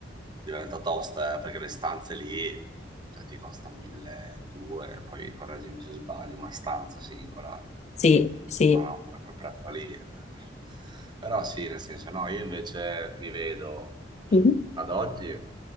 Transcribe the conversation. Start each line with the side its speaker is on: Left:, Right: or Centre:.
Right: diventa tosta, eh, perché le stanze lì, cioè, ti costa 1200, poi correggimi se sbaglio, una stanza singola.
Left: sì,
Right: No,
Left: sì.
Right: no, a quel prezzo lì. eh. Però sì, nel senso, no, io invece mi vedo
Left: Mhm,
Right: ad oggi,